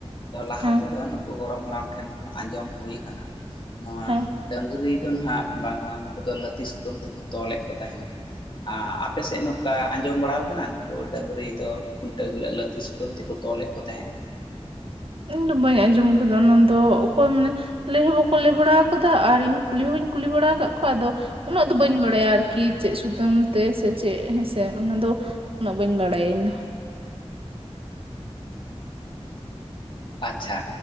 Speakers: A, on the left; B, on the right.
A: ᱟᱫᱚ ᱞᱟᱦᱟ
B: ᱦᱮᱸ
A: ᱛᱮ ᱫᱚ ᱱᱩᱠᱩ ᱜᱚᱲᱚᱢ ᱦᱟᱲᱟᱢ ᱴᱷᱮᱱ ᱠᱷᱚᱱ ᱟᱸᱡᱚᱢ ᱦᱩᱭ ᱟᱠᱟᱱᱟ ᱱᱚᱣᱟ
B: ᱦᱮᱸ
A: ᱰᱟᱝᱨᱤ ᱫᱚ ᱱᱟᱦᱟᱜ ᱵᱟᱝᱢᱟ ᱱᱩᱠᱩ ᱫᱚ ᱞᱟᱹᱛᱤ ᱥᱩᱛᱟᱹᱢ ᱛᱮ ᱠᱚ ᱛᱚᱞ ᱮᱫ ᱠᱚ ᱛᱟᱦᱮᱱᱟ ᱾ ᱦᱟᱸ ᱟᱯᱮ ᱥᱮᱫ ᱱᱚᱝᱠᱟ ᱟᱸᱡᱚᱢ ᱵᱟᱲᱟ ᱟᱠᱟᱱᱟ ᱱᱩᱠᱩ ᱰᱟᱹᱝᱨᱤ ᱫᱚ ᱠᱷᱩᱱᱴᱟᱹᱣ ᱦᱤᱞᱳᱜ ᱞᱟᱹᱛᱤ ᱥᱩᱛ ᱥᱩᱛᱟᱹᱢ ᱛᱮᱠᱚ ᱛᱚᱞᱮᱫ ᱠᱚ ᱛᱟᱦᱮᱸᱜᱼᱟ ᱾
B: ᱤᱧ ᱫᱚ ᱵᱟᱹᱧ ᱟᱸᱡᱚᱢ ᱟᱠᱟᱫᱟ ᱚᱱᱟᱫᱚ ᱚᱠᱚᱭ ᱢᱟᱱᱮ ᱾ ᱞᱟᱹᱭ ᱦᱚᱸ ᱵᱟᱠᱚ ᱞᱟᱹᱭ ᱵᱟᱲᱟ ᱟᱠᱟᱫᱟ ᱟᱨ ᱤᱧ ᱠᱩᱞᱤ ᱦᱚᱸ ᱵᱟᱹᱧ ᱠᱩᱞᱤ ᱵᱟᱲᱟ ᱟᱠᱟᱫ ᱠᱚᱣᱟ ᱟᱫᱚ ᱩᱱᱟᱹᱜ ᱫᱚ ᱵᱟᱹᱧ ᱵᱟᱲᱟᱭᱟ ᱟᱨᱠᱤ ᱪᱮᱫ ᱥᱩᱛᱟᱹᱢ ᱛᱮ ᱥᱮ ᱪᱮᱫ ᱦᱮᱸ ᱥᱮ ᱚᱱᱟ ᱫᱚ ᱩᱱᱟᱹᱜ ᱵᱟᱹᱧ ᱵᱟᱲᱟᱭᱟ ᱤᱧ ᱫᱚ ᱾
A: ᱟᱪᱪᱷᱟ